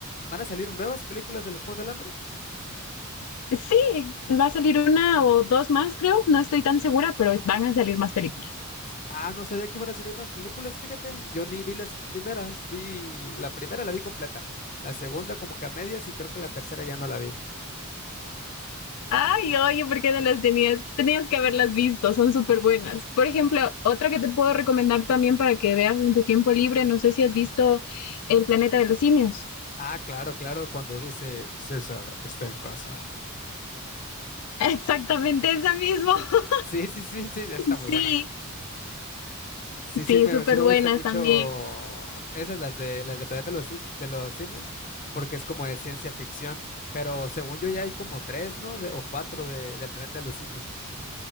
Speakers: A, on the left; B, on the left.
A: ¿Van a salir nuevas películas de los Juegos del Hambre?
B: Sí, va a salir una o dos más, creo, no estoy tan segura, pero es- van a salir más películas.
A: Ah, no sabía que iban a salir más películas, fíjate. Yo ni vi las primeras, vi la primera la vi completa, la segunda como que a medias y creo que la tercera ya no la vi.
B: Ay, oye, ¿por qué no las tenías? Tenías que haberlas visto, son súper buenas. Por ejemplo, otra que te puedo recomendar también para que veas en tu tiempo libre, no sé si has visto El planeta de los simios.
A: Ah, claro, claro, cuando dice César está en casa.
B: <laughs> Exactamente esa misma. <laughs>
A: Sí, sí, sí, sí, esa está muy
B: Sí,
A: buena. Sí,
B: sí,
A: sí me,
B: súper
A: sí me
B: buenas
A: gusta mucho
B: también.
A: esas, las de las de Planeta de los, Sis- de los Simios, porque es como de ciencia ficción, pero según yo ya hay como tres, ¿no? De, o cuatro de, del Planeta de los Simios.